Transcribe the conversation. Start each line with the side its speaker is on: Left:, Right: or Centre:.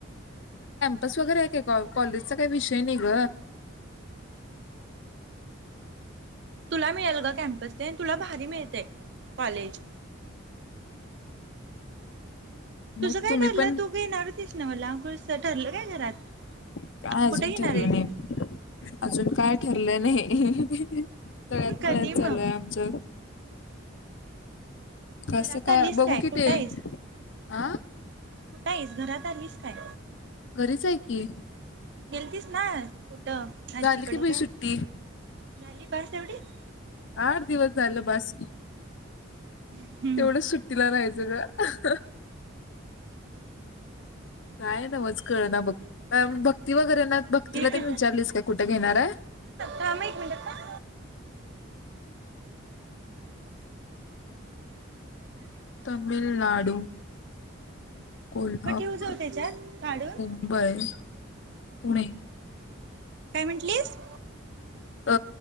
Left: तस वगैरे आहे काय का कॉलेजचा काही विषय नाही ग
Right: तुला मिळेल का कॅमपस तुला भारी मिळते कॉलेज
Left: मग
Right: तुसं काय
Left: तुम्ही
Right: ठरलं
Left: पण
Right: तू घेणार होतीस ना मला कस ठरलं काय घरात
Left: काय अजून
Right: कुठे घेणार
Left: ठरलं
Right: आहेस
Left: नाही अजून काय ठरलं नाही तळ्यात
Right: कधी
Left: मु्यात
Right: मग
Left: चालू आहे आमच
Right: घरात
Left: कसं
Right: आलीस
Left: बघू
Right: काय
Left: कि
Right: कुठं
Left: ते
Right: आहेस.
Left: आ
Right: कुठा आहेस घरात आलीस काय?
Left: घरीच आहे की.
Right: गेलतीस ना कुठं आजीकडे
Left: झाली की बाई
Right: काय
Left: सुट्टी
Right: झाली बस एवढीच
Left: आठ दिवस झालं बासरी
Right: हम्म
Left: तेवढं सुट्टीला राहायचं ग. काय ना मज कळ ना बघ. भक्ती वगैरे ना भक्तीला
Right: ठीक
Left: त्यां
Right: आहे
Left: विचारलीस काय कुठे घेणार आहे.
Right: थांब एक मिनिटं का.
Left: <unintelligible> तमिळनाडू. कोल्हापूर,
Right: मग ठेवू जाऊ त्याच्यात काढून
Left: मुंबई, पुणे
Right: काय म्हटलीस.
Left: अ